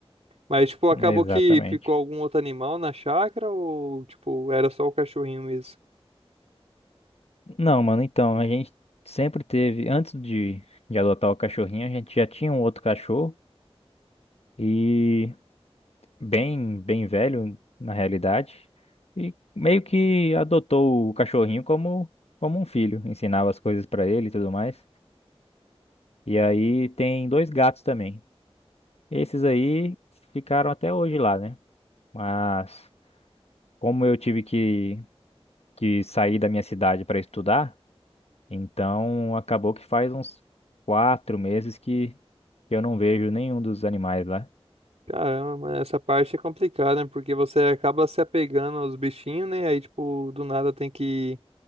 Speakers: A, on the right; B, on the left.
A: Mas, tipo, acabou
B: Exatamente.
A: que ficou algum outro animal na chácara ou, tipo, era só o cachorrinho mesmo?
B: Não, mano, então, a gente sempre teve, antes de, de adotar o cachorrinho, a gente já tinha um outro cachorro. E bem, bem velho na realidade, e meio que adotou o cachorrinho como, como um filho, ensinava as coisas pra ele e tudo mais. E aí tem dois gatos também. Esses aí ficaram até hoje lá, né? Mas como eu tive que, que sair da minha cidade para estudar, então acabou que faz uns quatro meses que, que eu não vejo nenhum dos animais lá.
A: Caramba, mas essa parte é complicada, né? Porque você acaba se apegando aos bichinhos, né? Aí, tipo, do nada tem que